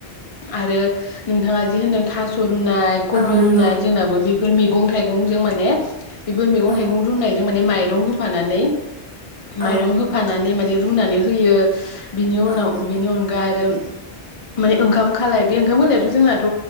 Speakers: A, on the left (about 55°); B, on the right (about 40°).
A: आरो नोंथाङा जि होनदों थास' रुनाय कबि
B: औ नंगौ
A: रुनाय जोंनाबो बे बेफोर मैगं थाइगंजों माने बेफोर मेगं
B: औ
A: थाइगं रुनायजों माने माइरं होफानानै
B: औ
A: माइरं होफानानै माने रुनानै होयो। बिनि उनाव
B: औ नंगौ
A: बिनि अनगा आरो माने ओंखाम खालाय बे ओंखाम खालायाथ' जोंनाथ'